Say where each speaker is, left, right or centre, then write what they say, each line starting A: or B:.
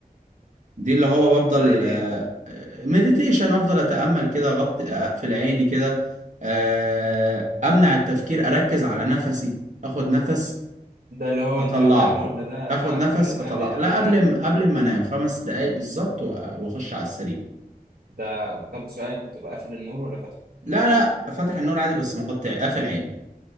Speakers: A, on the right; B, on the right.
A: دي اللي هو بفضل
B: ده ايه
A: مديتيشن افضل اتأمل كده غط اقفل عيني كده آه، امنع التفكير اركز على نفسي اخد نفس
B: ده اللي هو
A: اطلعه
B: انت بتنام ولا ده
A: اخد نفس
B: تمارين
A: اطلع
B: عاديه قبل
A: لا
B: النوم
A: قبل ما قبل ما انام خمس دقايق بالظبط وأ- واخش على السرير
B: ده طب سؤال بتبقى قافل النور ولا فاتحه
A: لا لا فاتح النور عادي بس مغطي قافل عيني